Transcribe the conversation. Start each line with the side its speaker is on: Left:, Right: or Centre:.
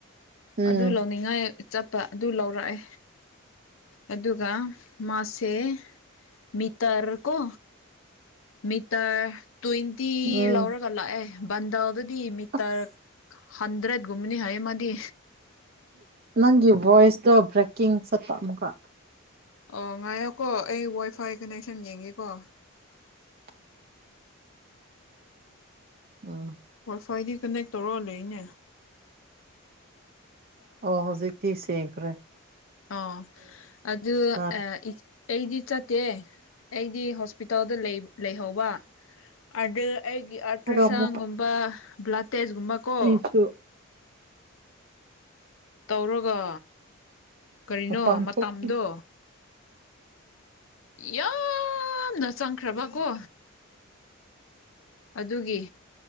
Right: ꯎꯝ
Left: ꯑꯗꯨ ꯂꯧꯅꯤꯡꯉꯥꯏ ꯆꯠꯄ ꯑꯗꯨ ꯂꯧꯔꯛꯑꯦ ꯑꯗꯨꯒ ꯃꯥꯁꯦ ꯃꯤꯇ꯭ꯔꯀꯣ ꯃꯤꯇꯥ꯭ꯔ ꯇ‌ꯣꯏꯟ ꯇꯤ
Right: ꯎꯝ
Left: ꯂꯧꯔꯒ ꯂꯥꯛꯑꯦ ꯕꯟꯗꯜꯗꯨꯗꯤ ꯃꯤꯇꯔ
Right: ꯑꯁ
Left: ꯍꯟꯗ꯭ꯔꯠ ꯨꯅꯤ ꯍꯥꯏꯌꯦꯃꯗꯤ
Right: ꯅꯪꯒꯤ ꯣꯏꯁꯗꯣ ꯕ꯭ꯔꯦꯛꯀꯤꯡ ꯁꯠꯠꯇ ꯑꯃꯨꯒ
Left: ꯑꯣ ꯉꯥꯏꯌꯣꯀꯣ ꯑꯩ ꯋꯥꯏ ꯐꯥꯏ ꯀꯅꯦꯛꯁꯟ ꯌꯦꯡꯒꯦꯀꯣ
Right: <inaudible> ꯎꯝ
Left: ꯐꯏꯗꯤ ꯀꯅꯦꯛ ꯇꯧꯔꯛ ꯂꯩꯅꯦ
Right: ꯑ ꯍꯧꯖꯤꯛꯇꯤ ꯁꯦꯡꯀꯔꯦ
Left: ꯑ ꯑꯗꯨꯗ
Right: ꯇꯥꯔꯦ
Left: ꯑ ꯑꯩꯗꯤ ꯆꯠꯇꯦ ꯑꯩꯗꯤ ꯍꯣꯁꯄꯤꯇꯥꯜꯗ ꯂꯩꯍꯧꯕ ꯑꯗꯨ ꯑꯩꯒꯤ ꯑꯜꯇ꯭ꯔ
Right: ꯑꯗꯨꯒ
Left: ꯁꯥꯎꯟꯒꯨꯝꯕ
Right: ꯑꯃꯨꯛꯀ
Left: ꯕ꯭ꯂꯥ ꯇꯦꯖꯀꯨꯝꯕ ꯀꯣ
Right: ꯑꯩꯁꯨ
Left: ꯇꯧꯔꯒ ꯀꯔꯤꯅꯣ
Right: ꯃꯄꯥꯟ
Left: ꯃꯇꯝꯗꯣ
Right: ꯊꯣꯛꯈꯤ
Left: ꯌꯥꯝꯅ ꯆꯪꯈ꯭ꯔꯕ ꯀꯣ ꯑꯗꯨꯒꯤ